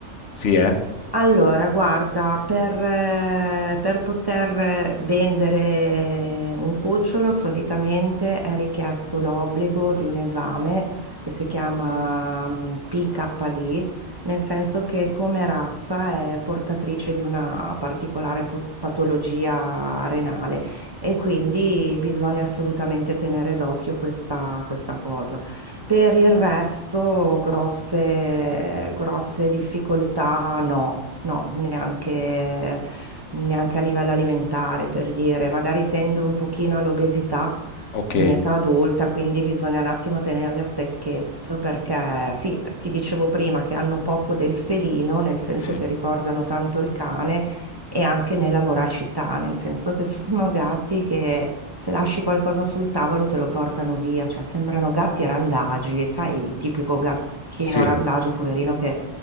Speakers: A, on the left; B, on the right.
A: Sì, eh?
B: Allora, guarda, per, eh, per poter eh, vendere un cucciolo solitamente è richiesto l'obbligo di un esame che si chiama mm, PKD, nel senso che come razza è portatrice di una particolare po- patologia renale e quindi bisogna assolutamente tenere d'occhio questa, questa cosa. Per il resto, grosse, grosse difficoltà no, no, neanche, neanche a livello alimentare, per dire. Magari tendo un pochino all'obesità
A: Ok,
B: in età adulta, quindi bisogna un attimo tenerli a stecchetto perché sì, ti dicevo prima che hanno poco del felino, nel senso
A: sì,
B: che ricordano tanto il cane e anche nella voracità, nel senso che <laughs> sono gatti che se lasci qualcosa sul tavolo te lo portano via, cioè sembrano gatti randagi, sai, il tipico gattino
A: sì,
B: randagio, poverino, che